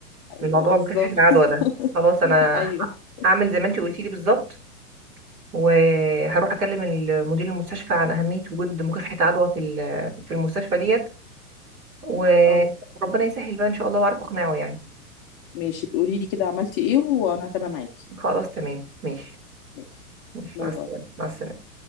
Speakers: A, on the left (about 20°); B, on the right (about 70°).
A: ايوه
B: من موضوع
A: بالظبط
B: مكافحه العدوى ده خلاص انا
A: <laughs> ايوه
B: ه- هعمل زي ما انت قلتي لي بالظبط وهروح اكلم ال- مدير المستشفى عن اهميه وجود مكافحه عدوى في ال- في المستشفى ديت و-
A: اه
B: وربنا يسهل بقى ان شاء الله واعرف اقنعه يعني
A: ماشي بقولي لي كده عملتي ايه وانا هتابع معاكي
B: خلاص تمام ماشي
A: ماشي
B: ماشي
A: باي
B: مع السلامه
A: باي
B: مع السلامه